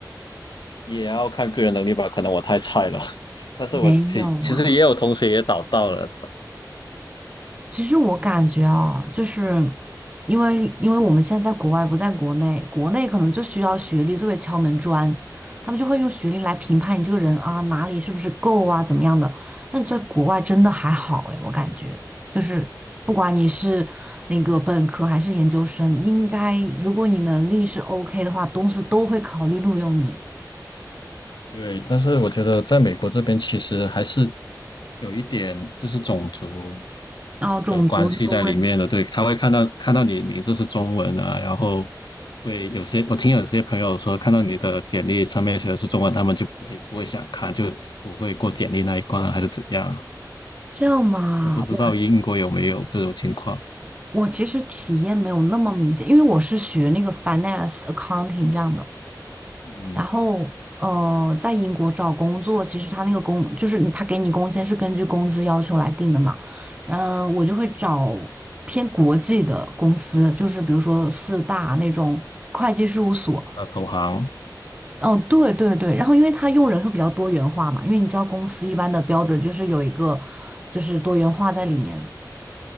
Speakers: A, on the left; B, on the right.
A: 也要看个人能力吧，可能我太菜了。<laughs> 但是我其其实也有同学也找到了，
B: 没有啦。其实我感觉啊，就是因为因为我们现在在国外不在国内，国内可能就需要学历作为敲门砖，他们就会用学历来评判你这个人啊，哪里是不是够啊，怎么样的。但在国外真的还好诶，我感觉就是不管你是那个本科还是研究生，应该如果你能力是 OK 的话，公司都会考虑录用你。
A: 对，但是我觉得在美国这边其实还是有一点就是种族
B: 然后种族的问题。
A: 的关系在里面的。对，他会看到看到你名字是中文啊，然后会有些我听有些朋友说，看到你的简历上面写的是中文，他们就不会不会想看，就不会过简历那一关啊，还是怎样？
B: 这样嘛，
A: 我不知道英国有没有这种情况。
B: 我我其实体验没有那么明显，因为我是学那个 finance accounting 这样的。
A: 嗯，
B: 然后，呃，在英国找工作，其实他那个工就是你他给你工签是根据工资要求来定的嘛。然后我就会找偏国际的公司，就是比如说四大那种会计事务所。
A: 那投行。
B: 哦，对对对，然后因为他用人会比较多元化嘛，因为你知道公司一般的标准就是有一个就是多元化在里面。